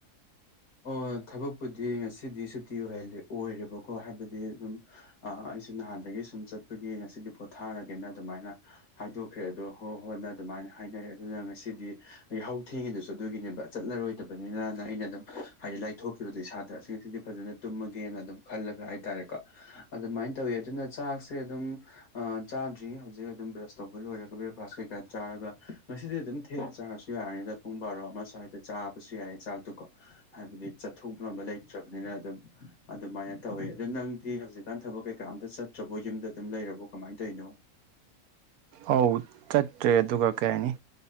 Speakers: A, on the left (about 70°); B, on the right (about 80°).
A: ꯑꯣ ꯊꯕꯛꯄꯨꯗꯤ ꯉꯁꯤꯗꯤ ꯁꯨꯇꯤ ꯑꯣꯏꯍꯂꯦ ꯑꯣꯏꯔꯦꯕꯀꯣ ꯍꯥꯏꯕꯗꯤ ꯑꯗꯨꯝ ꯑ ꯑꯩꯁꯨ ꯅꯍꯥꯟꯗꯒꯤ ꯁꯨꯝ ꯆꯠꯄꯒꯤ ꯉꯁꯤꯗꯤ ꯄꯣꯠꯊꯥꯔꯒꯦꯅ ꯑꯗꯨꯃꯥꯏꯅ ꯍꯥꯏꯗꯣꯛꯈ꯭ꯔꯦ ꯑꯗꯣ ꯍꯣ ꯍꯣꯟꯅ ꯑꯗꯨꯃꯥꯏꯅ ꯍꯥꯏꯅꯔꯦ ꯑꯗꯨꯅ ꯉꯁꯤꯗꯤ ꯌꯥꯍꯧ ꯊꯦꯡꯉꯤꯗꯨꯁꯨ ꯑꯗꯨꯒꯤꯅꯦꯕ ꯆꯠꯂꯔꯣꯏꯗꯕꯅꯤꯅꯅ ꯑꯩꯅ ꯑꯗꯨꯝ ꯍꯥꯏꯗꯤ ꯂꯥꯏꯊꯣꯛꯈꯤꯕꯗꯣ ꯏꯁꯥꯗꯁꯤꯡꯁꯤꯗꯤ ꯐꯖꯅ ꯇꯨꯝꯃꯒꯦꯅ ꯑꯗꯨꯝ ꯈꯜꯂꯒ ꯍꯥꯏꯇꯥꯔꯦꯀꯣ ꯑꯗꯨꯃꯥꯏꯅ ꯇꯧꯋꯤ ꯑꯗꯨꯅ ꯆꯥꯛꯁꯦ ꯑꯗꯨꯝ ꯑꯥ ꯆꯥꯗ꯭ꯔꯤ ꯍꯧꯖꯤꯛ ꯑꯗꯨꯝ ꯕ꯭ꯔꯁ ꯇꯧꯕ ꯂꯣꯏꯔꯒ ꯕ꯭ꯔꯦꯛꯐꯥꯁ ꯀꯩꯀꯥ ꯆꯥꯔꯒ ꯉꯁꯤꯗꯤ ꯑꯗꯨꯝ ꯊꯦꯡ ꯆꯥꯔꯁꯨ ꯌꯥꯔꯅꯤꯗ ꯄꯨꯡ ꯕꯥꯔꯣ ꯑꯃ ꯁ꯭ꯋꯥꯏꯗ ꯆꯥꯕꯁꯨ ꯌꯥꯏꯌꯦ ꯆꯥꯛꯇꯀꯣ ꯍꯥꯏꯕꯗꯤ ꯆꯠꯊꯣꯛꯅꯕ ꯂꯩꯇ꯭ꯔꯕꯅꯤꯅ ꯑꯗꯨꯝ ꯑꯗꯨꯃꯥꯏꯅ ꯇꯧꯋꯦ ꯑꯗꯨ ꯅꯪꯗꯤ ꯍꯧꯖꯤꯛ ꯀꯥꯟ ꯊꯕꯛ ꯀꯩꯀꯥꯝꯇ ꯆꯠꯇ꯭ꯔꯕꯣ ꯌꯨꯝꯗ ꯑꯗꯨꯝ ꯂꯩꯔꯕꯣ ꯀꯃꯥꯏꯅ ꯇꯧꯔꯤꯅꯣ
B: ꯑꯧ ꯆꯠꯇ꯭ꯔꯦ ꯑꯗꯨꯒ ꯀꯩ ꯍꯥꯏꯅꯤ